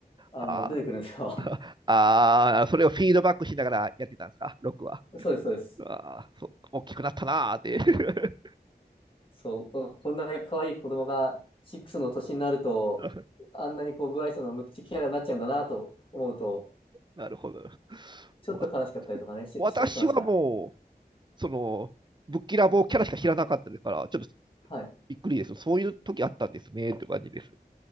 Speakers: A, on the left; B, on the right.
A: あの、
B: あ
A: 出てくるんですよ。
B: あ、<laughs> ああ、それをフィードバックしながらやってたんですか、クは。
A: <laughs> そうです、そうです。
B: ああ、そ大きくなったなーって。
A: そう、ここんなに可愛い子供が6の年になると、
B: <laughs>
A: あんなにこう、無愛想の無口キャラになっちゃうんだなと思うと、
B: なるほど。
A: ちょっと悲しかったりとかね、
B: わ、
A: し、
B: 私はも
A: し、しました。
B: う、その、ぶっきらぼうキャラしか知らなかったですから、ちょっと
A: はい。
B: びっくりです。そういう時あったんですね、って感じです。